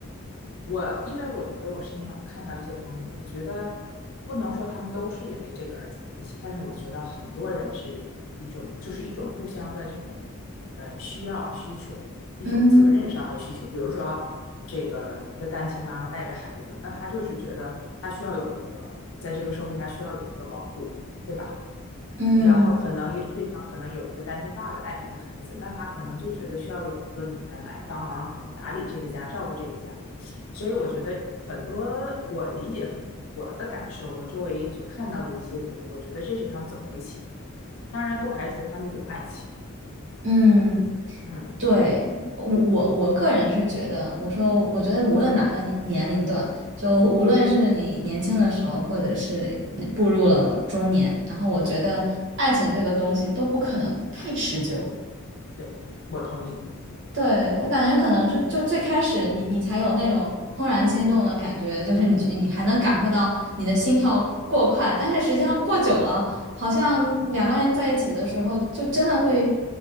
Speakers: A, on the left; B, on the right.
A: 我因为我觉得我身边我看到一些朋友，我觉得不能说他们都是因为这个而走到一起，但是我觉得很多人是一种就是一种互相的这种呃需要需求，一种责任上的需求。
B: 嗯
A: 比如说这个一个单亲妈妈带着孩子，那她就是觉得她需要有一个在这个社会她需要有一个保护，对吧？
B: 嗯。
A: 然后可能有对方可能有一个单亲爸爸带一个孩子，那他可能就觉得需要有一个女人来帮忙打理这个家，照顾这个家。所以我觉得很多我理解很我的感受，我周围所看到的一些人，我觉得这是他们走到一起的。当然不排除他们有爱情。
B: 嗯。
A: 嗯
B: 对，我我我个人是觉得，我说我觉得无论哪个年年龄段，就无论是你年轻的时候，或者是你步入了中年，然后我觉得爱情这个东西都不可能太持久，
A: 嗯，对，我同意。
B: 对，我感觉可能是就最开始你你才有那种怦然心动的感觉，就是你觉你还能感受到你的心跳过快，但是实际上过久了，好像两个人在一起的时候，就真的会